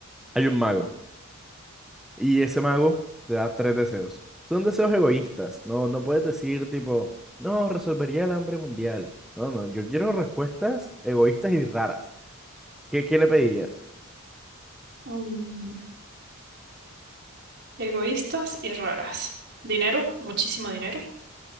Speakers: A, in the centre; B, on the right (about 50°).
A: hay un mago. Y ese mago te da tres deseos. Son deseos egoístas. No, no puedes decir tipo, no, resolvería el hambre mundial. No, no, yo quiero respuestas egoístas y raras. ¿Qué, qué le pedirías?
B: Mm. Egoístas y raras. Dinero, muchísimo dinero.